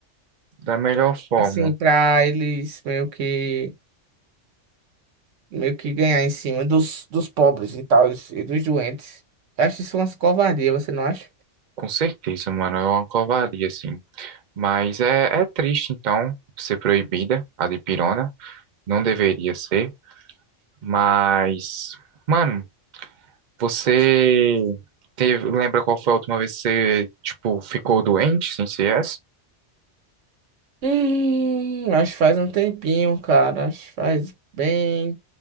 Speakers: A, on the right (about 45°); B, on the right (about 85°).
A: Da melhor forma.
B: Assim, para eles meio que meio que ganhar em cima dos, dos pobres e tal, e dos doentes. Eu acho isso umas covardia, você não acha?
A: Com certeza, mano. É uma covardia, assim. Mas é, é triste, então, ser proibida a dipirona. Não deveria ser. Mas, mano, você teve, lembra qual foi a última vez que você, tipo, ficou doente sem CS?
B: Hum, acho que faz um tempinho, cara. Acho que faz bem